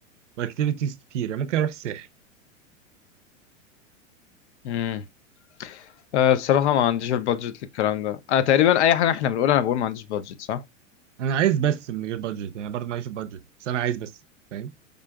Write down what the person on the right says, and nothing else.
واكتيفيتيز كتير يعني ممكن اروح الساحل
انا عايز بس من غير بادجت يعني برضه معيش بادجت بس انا عايز بس فاهم؟